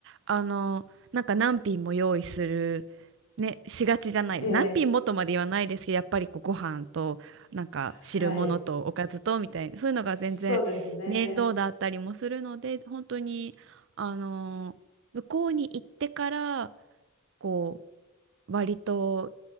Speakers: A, on the right; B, on the left.
A: あの、なんか何品も用意する、ね、しがちじゃない。
B: ええ、
A: 何品もとまで言わないですけど、やっぱりこうご飯と、なんか汁物とおかずとみたいな、
B: はい、
A: そういうのが全然面倒だったりもするので、
B: そうですね、
A: 本当に、あの、向こうに行ってから、こう、割と、